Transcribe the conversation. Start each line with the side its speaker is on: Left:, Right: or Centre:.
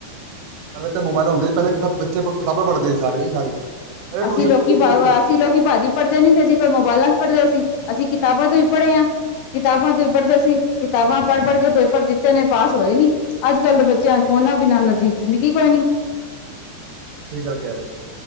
Right: ਪਹਿਲੇ ਤੇ ਮੋਬਾਇਲ ਹੁੰਦੇ ਸੀ ਪਹਿਲੇ ਸਭ ਬੱਚੇ ਕਿਤਾਬਾਂ ਪੜ੍ਹਦੇ ਸੀ ਸਾਰੇ ਸਾਰੇ ਅਰੇ ਟਿਊਸ਼ਨ
Left: ਅਸੀਂ ਲੋਕੀ,
Right: ਸਹੀ
Left: <unintelligible> ਅਸੀਂ ਲੋਕੀ ਭਾਜੀ ਪੜ੍ਹਦੇ ਨੀ ਸੀ, ਅਸੀਂ ਕੋਈ ਮੋਬਾਇਲਾਂ ਚ ਪੜ੍ਹਦੇ ਸੀ। ਅਸੀਂ ਕਿਤਾਬਾਂ ਤੋਂ ਹੀ ਪੜ੍ਹੇ ਆਂ, ਕਿਤਾਬਾਂ ਤੋਂ ਹੀ ਪੜ੍ਹਦੇ ਸੀ, ਕਿਤਾਬਾਂ ਪੜ੍ਹ ਪੜ੍ਹ ਕੇ ਪੇਪਰ ਦਿੱਤੇ ਨੇ, ਪਾਸ ਹੋਏ ਨੀ ਅੱਜ ਕੱਲ ਦੇ ਬੱਚਿਆਂ ਫੋਨਾਂ ਬਿਨਾ ਉਹਨਾਂ ਦੀ ਜ਼ਿੰਦਗੀ ਕੋਈ ਨੀ।
Right: ਠੀਕ ਗੱਲ ਕਹਿ ਰਹੇ ਹੋ,